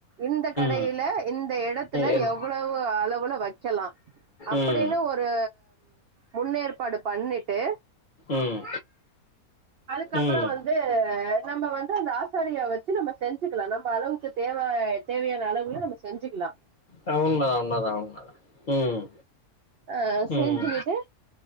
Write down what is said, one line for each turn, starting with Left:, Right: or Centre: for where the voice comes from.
Right: இந்த கடயில
Left: ம்
Right: இந்த இடத்துல
Left: என்
Right: எவ்வளவு அளவுல வைக்கலாம் அப்டின்னு
Left: ம்
Right: ஒரு முன்னேற்பாடு பண்ணிட்டு
Left: ம்
Right: அதுக்கப்புறம்
Left: ம்
Right: வந்து நம்ம வந்து அந்த ஆசாரியா வச்சு நம்ம செஞ்சுக்கலாம் நம்ம அளவுக்கு தேவ தேவையான அளவுல நம்ம செஞ்சுக்கலாம்
Left: ஆ, உண்மைதான் உண்மைதான் உண்மைதான் ம்
Right: அ செஞ்சுக்கேட்டு
Left: ம்